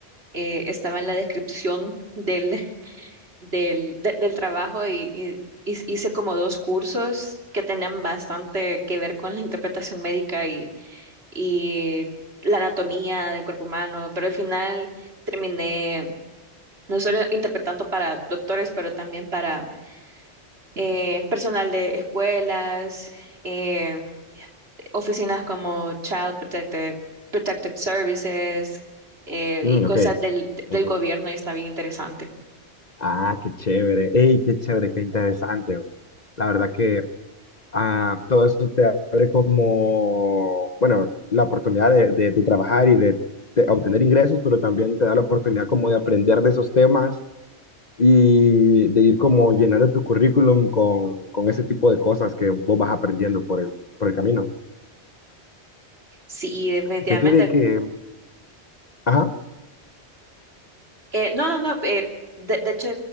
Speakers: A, on the right (about 65°); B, on the left (about 40°).
A: eh, estaba en la descripción del, <laughs> del, de- del trabajo y, y- y hice como dos cursos que tenían bastante que ver con la interpretación médica y, y la anatomía del cuerpo humano, pero al final terminé. no solo interpretando para doctores, pero también para eh, personal de escuelas, eh, oficinas como Child Protected, Protective Services eh,
B: Mm,
A: y cosas
B: ok.
A: del, del
B: Ujú.
A: gobierno y está bien interesante.
B: Ah, qué chévere. Ey, qué chévere, qué interesante. La verdad que ah, todo eso te abre como, bueno, la oportunidad de, de- de trabajar y de, de obtener ingresos, pero también te da la oportunidad como de aprender de esos temas y de ir como llenando tu currículum con, con ese tipo de cosas que vos vas aprendiendo por el, por el camino.
A: Sí, definitivamente.
B: Fíjate de que, ajá,
A: Eh, no, no, no. eh, de, de hecho,